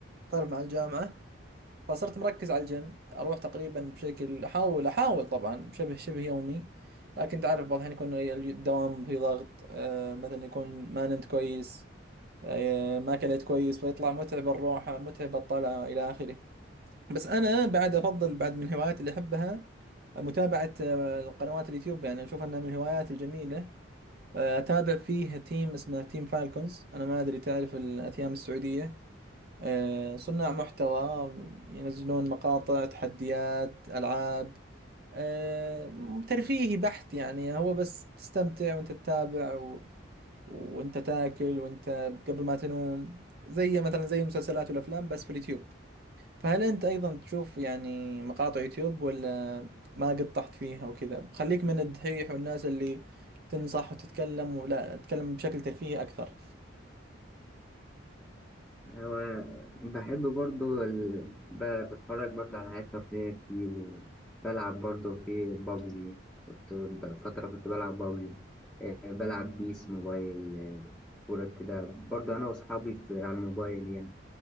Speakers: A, on the right; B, in the centre.
A: تعرف مع الجامعة فصرت مركز على الجيم أروح تقريبا بشكل أحاول أحاول طبعا بشبه شبه يومي لكن تعرف بعض الأحيان يكون الي- الدوام في ضغط آه، مثلا يكون ما نمت كويس آه، ما أكلت كويس فيطلع متعب الروحة متعب الطلعة إلى آخره بس أنا بعد أفضل بعد من الهوايات اللي أحبها متابعة آه، القنوات اليوتيوب يعني أشوف أنها من الهوايات الجميلة آه، اتابع فيه تيم اسمه تيم فالكونز انا ما ادري تعرف الاثيام السعوديه أه، صناع محتوى ينزلون مقاطع تحديات العاب أه، ترفيهي بحت يعني هو بس تستمتع وانت تتابع و... وانت تاكل وانت قبل ما تنوم زي مثلا زي المسلسلات والافلام بس في اليوتيوب فهل أنت أيضا تشوف يعني مقاطع يوتيوب ولا ما قد طحت فيها وكذا خليك من الدحيح والناس اللي تنصح وتتكلم ولا تتكلم بشكل ترفيهي أكثر
B: هو بحب برضو ال... ب... بتفرج برضو على حاجات ترفيهية كتير وبلعب برضو في بابجي كنت ب- فترة كنت بلعب بابجي آه، بلعب بيس موبايل آه، كورة كده برضو أنا وأصحابي في... على الموبايل يعني